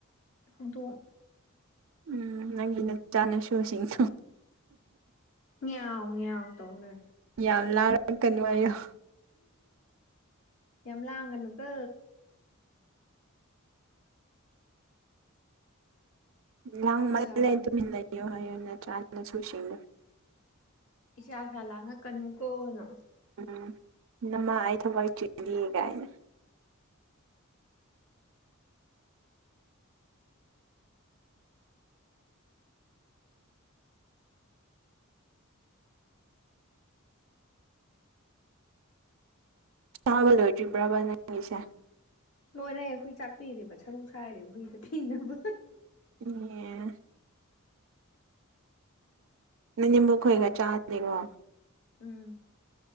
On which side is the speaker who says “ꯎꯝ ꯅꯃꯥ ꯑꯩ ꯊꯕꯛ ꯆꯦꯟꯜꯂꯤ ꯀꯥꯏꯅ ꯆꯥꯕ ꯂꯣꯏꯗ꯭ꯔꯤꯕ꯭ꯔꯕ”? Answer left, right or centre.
Right